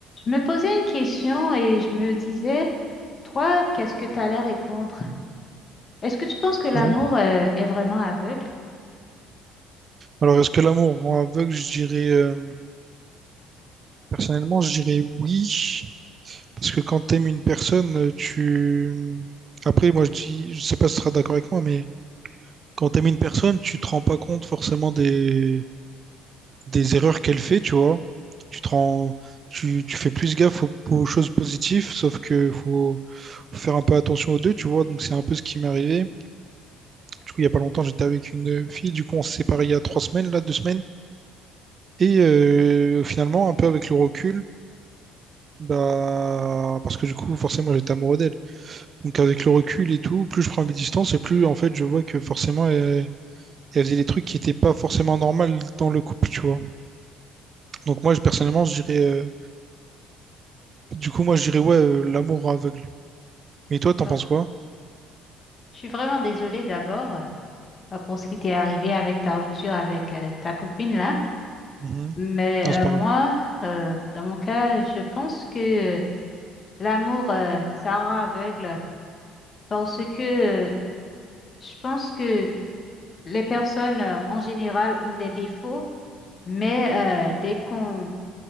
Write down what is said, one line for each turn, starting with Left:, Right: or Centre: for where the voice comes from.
Left: Je me posais une question et je me disais, toi, qu'est-ce que tu allais répondre? Est-ce que tu penses que l'amour,
Right: Ouais.
Left: euh, est vraiment aveugle?
Right: Alors, est-ce que l'amour rend aveugle? Je dirais, euh, personnellement, je dirais oui. Parce que quand t'aimes une personne, euh, tu... Après, moi, je dis, je sais pas si tu seras d'accord avec moi, mais quand t'aimes une personne, tu te rends pas compte forcément des, des erreurs qu'elle fait, tu vois. Tu te rends, tu, tu fais plus gaffe aux, aux choses positives, sauf que faut faut faire un peu attention aux deux, tu vois. Donc, c'est un peu ce qui m'est arrivé. Du coup, il y a pas longtemps, j'étais avec une fille. Du coup, on s'est séparés il y a trois semaines, là, deux semaines. Et euh, finalement, un peu avec le recul, bah, parce que du coup, forcément, j'étais amoureux d'elle. Donc, avec le recul et tout, plus je prends mes distances et plus, en fait, je vois que forcément, elle, elle faisait des trucs qui n'étaient pas forcément normaux dans le couple, tu vois. Donc, moi, je- personnellement, je dirais, euh, du coup, moi, je dirais, ouais, euh, l'amour aveugle. Mais toi, t'en
Left: Oh,
Right: penses quoi?
Left: je suis vraiment désolée d'abord, euh, ah, pour ce qui t'est arrivé avec ta rupture avec, euh, ta copine là.
Right: Mhm.
Left: Mais
Right: Non, c'est
Left: euh,
Right: pareil.
Left: moi, euh, dans mon cas, je pense que euh, l'amour, euh, ça rend aveugle parce que euh, je pense que les personnes, euh, en général, ont des défauts, mais euh, dès qu'on